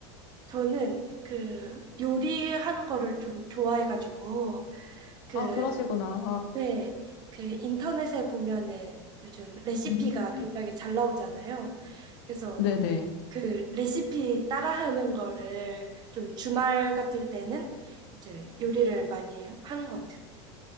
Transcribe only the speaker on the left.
아, 그러시구나.
음,
네네.